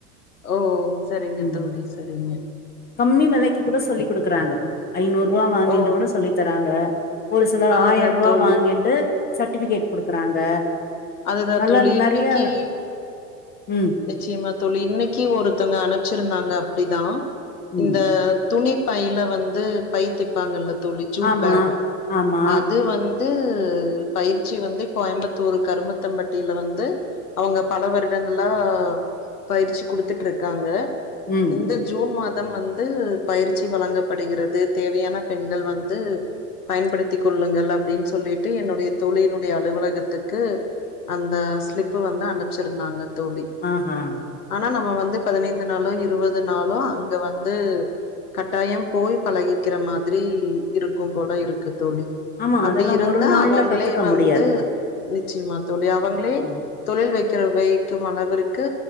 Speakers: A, on the left; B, on the left.
A: ஓ சரிங்க
B: ம்
A: தோழி சரிங்க
B: கம்மி விலைக்கு கூட சொல்லி கொடுக்குறாங்க ஐநூறு ரூபா வாங்கிந்து
A: ஓ
B: கூட சொல்லித்தராங்க ஒரு சில
A: அதுதா
B: ஆயிர ரூபா
A: தோழி
B: வாங்கிட்டு சர்ட்டிபிகேட் குடுக்குறாங்க
A: அதுதான்
B: நல்லா
A: தோழி
B: நெறைய
A: இன்னைக்கி
B: ம்
A: நிச்சயமா தோழி இன்னைக்கி ஒருத்தங்க அனுப் ச்சிருந்தாங்க அப்டிதான்
B: ம்
A: இந்த துணி பையில வந்து பை தெப்பாங்கல்ல தோழி ஜூட்
B: ஆமா
A: பேக்
B: ஆமா
A: அது வந் து பயிற்சி வந்து கோயம்புத்தூர் கருமத்தம்பட்டியில வந்து அவங்க பல வருடங் ல்லா பயிற்சி குடுத்துட்ருக்காங்க
B: ம்
A: இந்த ஜூன் மாத் தம் வந்து பயிற்சி வழங்கப்படுகிறது தேவையான பெண்கள் வந்து பயன்படுத்திக் கொள்ளுங்கள் அப்டின்னு சொல்லிட்டு என்னுடைய தோழினுடைய அலுவலகத்துக்கு அந்த ஸ்லிப்பு வந்து அனுப்ச்சிருந்தாங்க தோழி
B: ஆஹா
A: ஆனா நம் இப்போ வந்து பதினைந்து நாளோ இருவது நாளோ அங்க வந்து கட்டாயம் போய் பழகிக்கிற மாதிரி இருக்கும் போல இருக்கு தோழி
B: ஆமா
A: அப்டி
B: அதெல்லா
A: இருந்தா
B: ஒரு நாள்ல
A: அவங்களே
B: கத்துக்க
A: வந்து
B: முடியாது
A: நிச்சியமா தோழி அவங்களே
B: ம்
A: தொழில் வைக் குற வை தும் அளவிற்கு